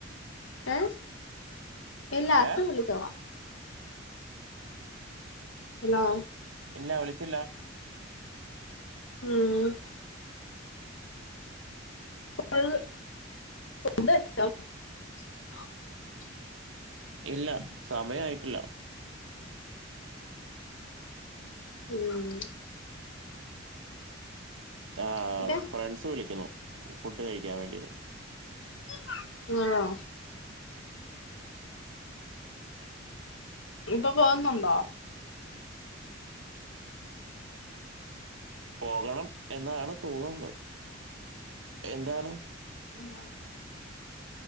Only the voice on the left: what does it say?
ഏഹ് ഇല്ല അച്ഛൻ
വിളിച്ചോ ഹ്ലോ
ഉം <inaudible>
ഉം-
പിന്നെ
<unintelligible> ഇപ്പ പോകുന്നുണ്ടോ? <inaudible>
<unintelligible>